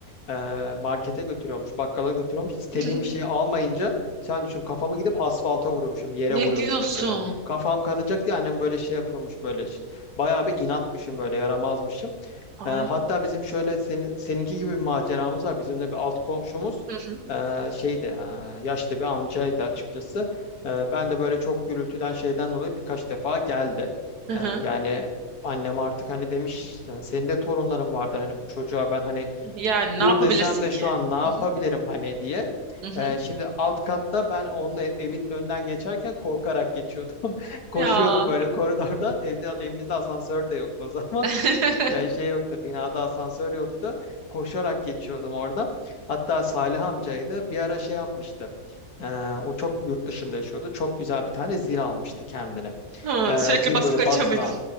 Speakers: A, on the left; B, on the right.
A: e, markete götürüyormuş, bakkala götürüyormuş. İstediğim
B: <laughs>
A: bir şeyi almayınca sen düşün kafamı gidip asfalta vuruyormuşum, yere
B: Ne
A: vuruyormuşum
B: diyorsun?
A: böyle. Kafam kanacak diye annem böyle şey yapıyormuş böyle. Bayağı bir inatmışım böyle, yaramazmışım.
B: Ay.
A: E, hatta bizim şöyle senin, seninki gibi bir maceramız var. Bizim de bir alt komşumuz
B: Hı hı.
A: e, şeydi, e, yaşlı bir amcaydı açıkçası. E, ben de böyle çok gürültüden şeyden dolayı birkaç defa geldi.
B: Hı hı.
A: E, yani annem artık hani demiş "Sen- senin de torunların vardır hani bu çocuğa ben hani
B: Yani ne
A: dur
B: yapabilirsin
A: desem de şu
B: ki?
A: an ne yapabilirim
B: Hı hı.
A: hani diye.
B: Hı hı.
A: Ee, şimdi alt katta ben onun ev- evinin önünden geçerken korkarak geçiyordum. <laughs> Koşuyordum
B: Ya.
A: böyle koridordan. Evde, evimizde asansör de yoktu o zaman.
B: <laughs>
A: <laughs> Yani şey yoktu, binada asansör yoktu. Koşarak geçiyordum orada. Hatta Salih amcaydı. Bir ara şey yapmıştı. Ee, o çok yurt dışında yaşıyordu. Çok güzel bir tane zil almıştı kendine.
B: Hı,
A: Ee,
B: sürekli
A: zil
B: basıp
A: böyle
B: kaçıyor
A: basma.
B: muydun?